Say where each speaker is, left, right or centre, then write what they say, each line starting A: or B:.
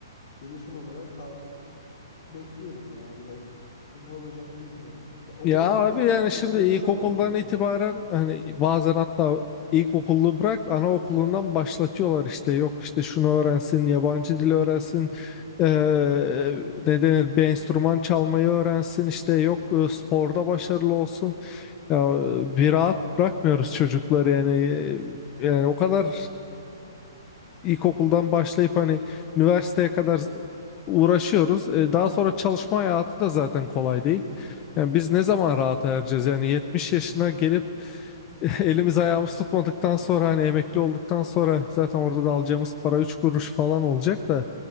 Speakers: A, on the left; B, on the left.
A: Gelişim olarak tav bekliyorum ya biraz. İşte ne olacak bilmiyorum. O
B: Ya
A: kadar
B: abi
A: bunaldım
B: yani
A: ki
B: şimdi
A: konuşamıyorum
B: ilkokuldan
A: yani.
B: itibaren hani bazen hatta ilkokullu bırak anaokulundan başlatıyorlar işte yok işte şunu öğrensin yabancı dil öğrensin eee ne denir bir enstrüman çalmayı öğrensin işte yok e, sporda başarılı olsun ya e, bir rahat bırakmıyoruz çocukları yani E, yani o kadar ilkokuldan başlayıp hani üniversiteye kadar uğraşıyoruz. E, daha sonra çalışma hayatı da zaten kolay değil. Yani biz ne zaman rahata ereceğiz? Yani 70 yaşına gelip <laughs> elimiz ayağımız tutmadıktan sonra hani emekli olduktan sonra zaten orada da alacağımız para 3 kuruş falan olacak da